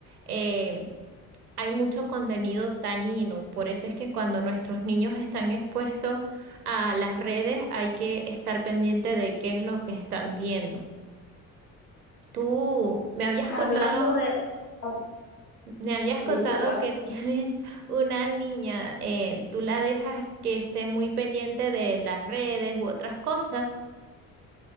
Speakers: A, on the right; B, on the left.
A: eh, hay mucho contenido dañino. Por eso es que cuando nuestros niños están expuestos a las redes, hay que estar pendiente de qué es lo que están viendo. Tú me habías
B: Hablando
A: contado,
B: de... ah,
A: me habías contado
B: Disculpa.
A: que <laughs> tienes una niña, eh, ¿tú la dejas que esté muy pendiente de las redes u otras cosas?